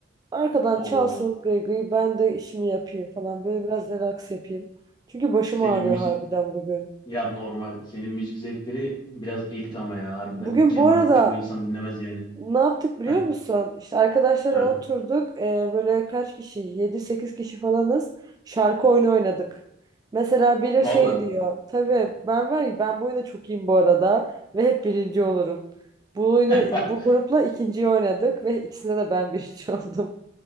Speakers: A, on the right; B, on the left.
A: Arkadan
B: O
A: çalsın gıy gıy ben de işimi yapayım falan. Böyle biraz relax yapayım. Çünkü
B: <laughs>
A: başım
B: senin
A: ağrıyor
B: müzik
A: harbiden bugün.
B: Ya normal. Senin müzik zevkleri biraz elit ama ya harbiden.
A: Bugün
B: Keman
A: bu arada
B: çoğu insan dinlemez yani.
A: Ne yaptık biliyor
B: Heh,
A: musun? İşte arkadaşlara
B: aha.
A: oturduk. Ee, böyle kaç kişi? yedi sekiz kişi falanız. Şarkı oyunu oynadık. Mesela biri
B: Valla.
A: şey diyor. Tabii ben var ya ben bu oyunda çok iyiyim bu arada. Ve hep birinci olurum. Bu oyunu
B: <laughs>
A: bu grupla ikinciyi oynadık. Ve ikisinde de ben birinci <laughs> oldum.